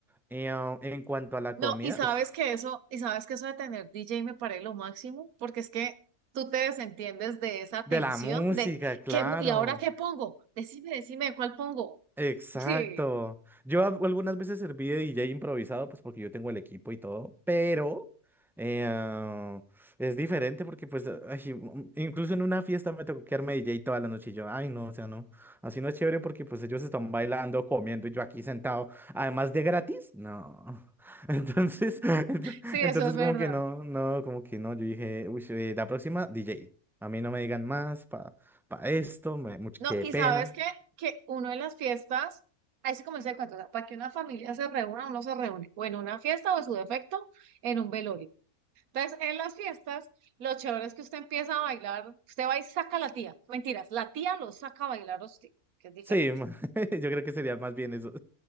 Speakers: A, in the centre; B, on the right.
A: Y, ah, en cuanto a la
B: No,
A: comida,
B: y sabes
A: uff,
B: que eso, y sabes que eso de tener DJ me parece lo máximo, porque es que tú te desentiendes de esa
A: de
B: tensión
A: la música,
B: de
A: claro.
B: ¿qué, mu- y ahora qué pongo? Decime, decime, ¿cuál pongo?
A: Exacto.
B: <laughs> Sí,
A: Yo ab- algunas veces serví de DJ improvisado, pues porque yo tengo el equipo y todo, pero eh, ah, es diferente porque pues ay, mm, incluso en una fiesta me tocó quedarme DJ toda la noche y yo, ay no, o sea, no, así no es chévere porque pues ellos están bailando, comiendo y yo aquí sentado, además de gratis, no. <laughs> Entonces, ento-
B: sí,
A: entonces
B: eso es verdad.
A: como que no, no, como que no, yo dije, uy, eh, la próxima DJ, a mí no me digan más para esto, me- much-
B: No,
A: qué
B: y
A: pena.
B: sabes qué? que uno en las fiestas, ahí se comienza el cuento, o sea, para que una familia se reúna, uno se reúne, o en una fiesta o en su defecto, en un velorio. Entonces, en las fiestas, lo chévere es que usted empieza a bailar, usted va y saca a la tía, mentiras, la tía lo saca a bailar a usted, que es diferente.
A: Sí, ma- <laughs> yo creo que sería más bien eso.